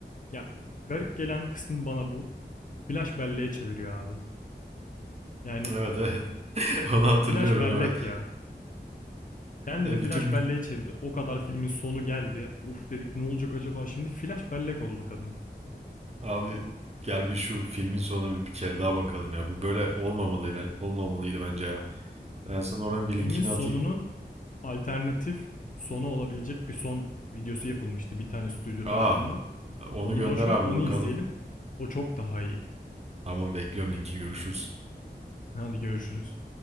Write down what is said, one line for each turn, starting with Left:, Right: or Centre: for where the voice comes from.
Left: ya garip gelen kısmı bana bu. Flash belleğe çeviriyor abi. Yani
Right: Evet evet. <laughs> Onu hatırlıyorum
Left: flash bellek
Right: evet.
Left: ya. Kendini
Right: <laughs>
Left: flash
Right: Bütün
Left: belleğe çevirdi. O kadar filmin sonu geldi. Uf dedik ne olacak acaba şimdi? Flash bellek oldu kadın.
Right: abi gel bir şu filmin sonuna bir bir kere daha bakalım ya. Bu böyle olmamalı ben olmamalıydı bence ya. Ben sana oranın bir linkini
Left: Filmin sonunun
Right: atayım.
Left: alternatif sonu olabilecek bir son videosu yapılmıştı bir tane stüdyo
Right: Aa
Left: tarafından.
Right: onu
Left: Onu
Right: gönder
Left: boş
Right: abi
Left: ver, onu
Right: bakalım.
Left: izleyelim. O çok daha iyi.
Right: Tamam bekliyorum linki görüşürüz.
Left: Hadi görüşürüz.